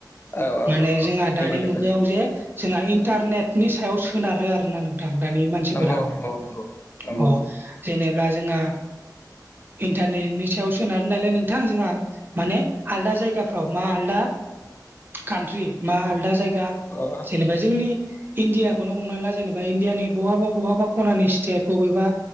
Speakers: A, on the left; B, on the right.
A: औ औ
B: माने
A: औ औ
B: जोंहा दानि
A: एभेलेबेल
B: मुगायाव जे जोंहा इन्टारनेटनि सायाव सोनारो आरो ना नोंथां दानि मान अ'
A: नंगौ नंगौ नंगौ नंगौ
B: जेनेब्ला जोंहा इन्टारनेटनि सायाव सोनार नालाय नोंथां जोंहा माने आलदा जायगाफ्राव मा आलदा कान्ट्रि मा आलदा जायगा
A: अ'
B: जेनेबा जोंनि इण्डियाखौनो हमना ला जेनेबा इण्डियानि बबहाबा बहाबा खनानि स्टेप बबेबा